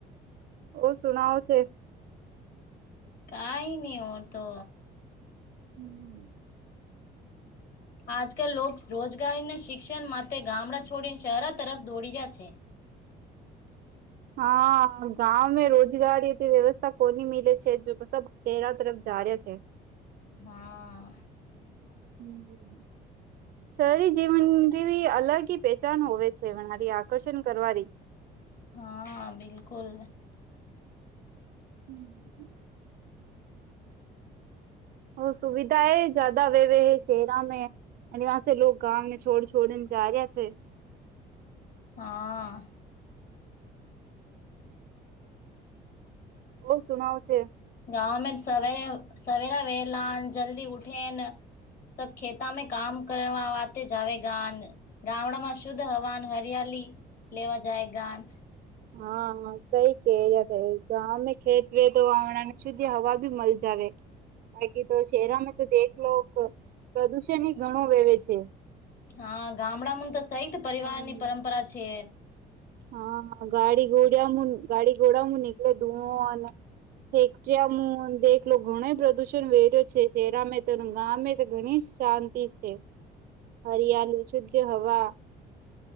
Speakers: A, on the right; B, on the left.
A: હ ઓ સુનાવ છે
B: કાઈ ની ઓ તો
A: હમ
B: આજકાલ લોકો રોજગારીને શિક્ષણ માટે ગામડા છોડીને શહેર તરફ દોડી રહ્યા છે
A: હા ગામે રોજગારીથી વ્યવસ્થા કોની મીલે છે જો શહેરા તરફ જ્યારે છે
B: હા
A: હમ શહેરી જીવન અલગ પહેચાન હોવે છેરી આકર્ષણ કરવાની
B: હા બિલકુલ
A: હમ ઓ સુવિધા હ જદા વેવે હૈ શહેરામાં અને આસે લોકો ગામને છોડ છોડને જાર્યા છે
B: હા
A: ઓ સુણવ છે
B: ગામાં સવારે સવેરા વહેલા જલ્દી ઉઠીન સબ ખેતામાં કામ કરવા વા વાતે જવેગાન ગામડા માં શુદ્ધ હવાન હરિયાલી લેવા જાય ગાન
A: હા સઈ કે અમે ખેતવેદ વામણાની સુધી હવા ભી મલ જાવે બાકી તો શહેરામાં તો તે એકલોક પ્રદુષણ ઘણો વેવે છે
B: હા ગામડામાં તો સહિત પરિવાર
A: હમ
B: ની પરંપરા છે
A: હા ગાડી ગોડ મુ ગાડી ઘોડાયા મુ કલે ધુન ફેક્ટરીયામાં દેખલો ઘણો પ્રદુષણ વેર્યો છે શેરામાં તો ગામમે તો ઘણી શાંતિ છે હરિયાળી શુદ્ધ હવા